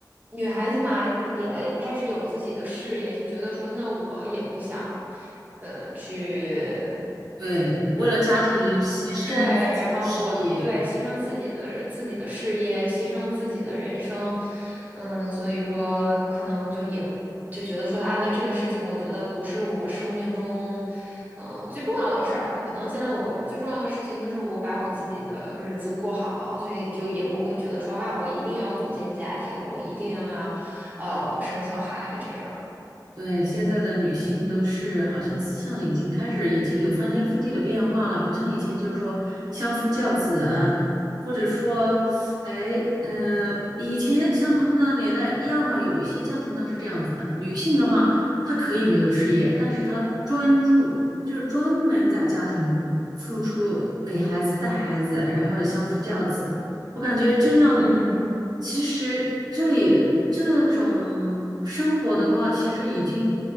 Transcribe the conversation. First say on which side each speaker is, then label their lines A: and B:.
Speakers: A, on the right; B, on the right.
A: 女孩子嘛，也开始有自己的事业，就觉得说，那我也不想，呃，去。
B: 对，为了家庭牺牲自己的事业，
A: 对，然后我对牺牲自己的自己的事业，牺牲自己的人生，嗯，所以说可能就也就觉得说啊，那这个事情我觉得不是我生命中，嗯、最重要的事儿。可能现在我最重要的事情就是我把我自己的日子过好，所以就也不会觉得说啊，我一定要组建家庭，我一定要呃生小孩这样。
B: 对，现在的女性都是好像思想已经开始已经有翻天覆地的变化了，不像以前就是说相夫教子啊，或者说，哎，嗯，以前像他们那年代，要么有一些家庭它是这样子的，女性的话，她可以没有事业，但是她专注就是专门在家庭付出，给孩子带孩子，然后相夫教子。我感觉这样，
A: 嗯。
B: 其实这也这种生活的话，其实已经